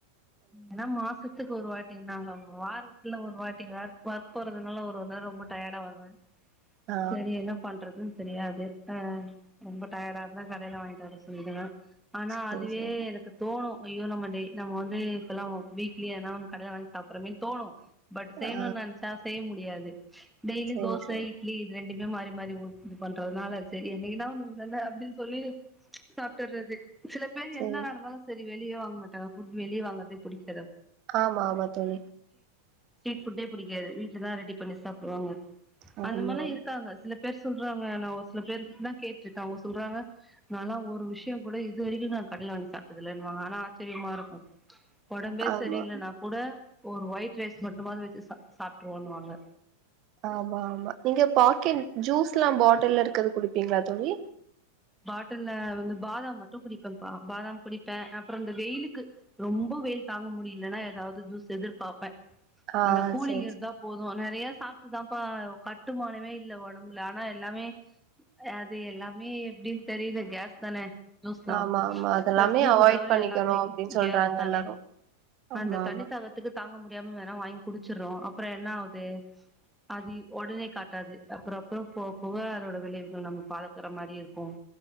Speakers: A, in the centre; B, on the right (about 35°).
A: ஏன்னா மாசத்துக்கு ஒரு வாட்டி நாங்க வாரத் இல்லா ஒரு வாட்டி வேக் ஒர்க் போறதுனால ஒரு ஒரு நேரம் ரொம்ப டயர்டா வருவேன்
B: ஆ
A: சரி என்ன பண்றது தெரியாது ஆ ரொம்ப டயர்டா இருந்தா கடைல வாங்கிட்டு வர சொல்லிடுவே ஆனா
B: சரி
A: அதுவே
B: சரி
A: எனக்கு தோணு ஐயோ நம்ம டே நம்ம வந்து இப்பல்லா வீக்லி ஆனா ஒன்னு கடைல வாங்கி சாப்றமே தோணு பட் செய்யணுன்
B: ஆ
A: நெனச்சா செய்ய முடியாது து டெய்லியு
B: சரி
A: தோச
B: சரி
A: இட்லி இது ரெண்டு இன்னு மாரி மாரி உட் இது பண்றதுனால சரி என்னக்கு தா ஒன்னு அப்டின் சொல்லி சாப்டுறது சில பேர்
B: சரி
A: என்ன நடந்தாலு சரி வெளிய வாங் மாட் ஃபுட் வெளிய வாங்கறது புடிக்
B: ஆமா ஆமா தோழி
A: ஸ்டீட் ஃபுட்டே புடிக்காது வீட்ல தா ரெடி பண்ணி சாப்டுவாங்க
B: ஆமா
A: அந்த மாரிலா
B: ஆமா
A: இருக்காங்க சில ப் தா சொல்றாங்க நா ஒரு சில பேரு தான் கேட்ருக்கே அவுங்க சொல்றாங்க நல்லா ஒரு விஷயம் கூட இதுவரைக்கும் நா கடேல வாங்கி சாப்புட்ட தில்லன்னு வாங்க ஆனா ஆச் சிரியாம இருக்கும் ஒடம்பே
B: ஆமா
A: சரியில்லனா கூட ஒரு ஒயிட் ரைஸ் மட்டுமாது வச்சு சாப்டுருவோனு வாங்க
B: ஆமா ஆமா நீங்க பாக்கெட் ஜூஸ் எல்லா பாட்டில் இருக்கது குடிப்பீங்ளா தோழி
A: பாட்டில வந்து பாதாம் மட்டு குடிப்பேன் பா பாதாம் குடிப்பேன் அப்புறம் இந்த வெயிலுக்கு ரொம்ப வெயில் தாங்க முடியலன்னா ஏதாவுது ஜூஸ் எதிர்பாப்பேன்
B: ஆ
A: அந்த கூலிங்
B: சரி
A: இருந்தா
B: சரி.
A: போதும் நெறைய சாப் அதான்பா கட்டுமானமே இல்ல ஒடம்புல ஆனா எல்லாமே அது எல்லாமே அப்டின் தெரில கேஸ் தானே ஜூஸ்லா
B: ஆமா ஆமா அதெல்லாமே
A: ஃப்ரஸ் ஜூஸ்
B: அவாய்ட்
A: தவிர
B: பண்ணிக்கணு
A: எல்லாமே
B: அப்டின்னு சொல்றாங்க
A: கேஸ் தானே
B: எல்லாரு ஆமா
A: அந்த தண்ணி
B: ஆமா
A: தாகத்துக்கு தாங்க முடியாம வேணா வாங்கி குடிச் வச்சிரோம் அப்ற என்ன ஆவுது அது ஒடனே காட்டாது அப்றம் அப்றம் போக போக அதோட விளைவுகள் நம்ம பாக்கற மாரி இருக்கும் போன்